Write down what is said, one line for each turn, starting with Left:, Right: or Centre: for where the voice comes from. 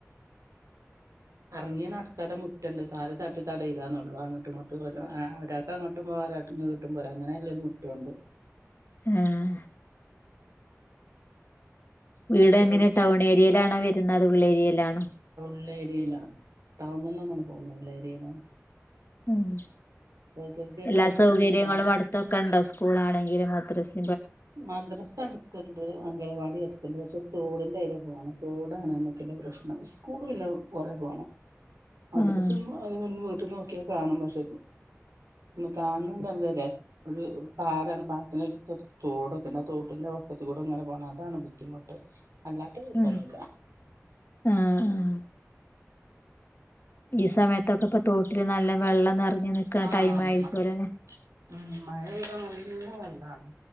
Right: അറങ്ങി നടക്കാള്ള മുറ്റണ്ട് കാല് തട്ടി തടയില്ലന്നൊള്ളു അങ്ങട്ടും ഇങ്ങട്ടും ഒര് ആ ഒരാക്ക് അങ്ങോട്ടും പോവ ഒരാക്ക് ങ്ങട്ടും പോര അങ്ങനെ ല്ലരു മുറ്റണ്ട്
Left: ആഹ് വീട്
Right: അത്രേ
Left: എങ്ങനെ
Right: ഒള്ളൂ
Left: ടൗൺ ഏരിയയിലാണോ വരു അത് ഉള്ളേരിയേലാണോ
Right: ള്ളേര്യയിലാ ടൗണ്ന്നൊന്നണ്ട് പോന്നുള്ളേര്യയിലാണ്
Left: ഉം
Right: പ്രകൃതിയൊക്കെ
Left: എല്ലാ
Right: ആസ്വദിക്കാൻ
Left: സൗകര്യങ്ങളും
Right: നിക്കാൻ
Left: അടുത്തൊക്കെ ണ്ടോ സ്കൂളാണെങ്കിലും അ ത്രസ്
Right: മദ്രസ അടുത്തുണ്ട് അംഗനവാടി അടുത്തുണ്ട് പക്ഷെ തോടിന്റെ അയ് പോണ തോടാണ് നമ്മുക്കെന്നെ പ്രശ്നം സ്കൂളിന്നെ കൊറെ പോണം മദ്രസും
Left: ആഹ്
Right: ആ <unintelligible> ട്ട് നോക്കിയാ കാണും പഷേ കാണ്ണ്ട് അങ്ങ് വരെ ഒരു പാടാണ് പാടത്തിന്റെ ഇപ്പൊ തോടൊക്കെണ്ട് ആ തോട്ടിന്റെ വക്കത്ത് കൂടെ ങ്ങനെ പോണം അതാണ് ബുദ്ധിമുട്ട് അല്ലാത്ത കൊഴപ്പന്നുല്ല
Left: ആഹ് ആഹ് ആഹ് ഈ സമയത്തൊക്കെ ഇപ്പൊ തോട്ടില് നല്ല വെള്ളം നെറ ഞ്ഞ് നിക്കണ
Right: ആഹ്
Left: ടൈം ആയിരിക്കുലേ
Right: ഉം മഴ പെയ്താ നല്ല വെള്ളാണ്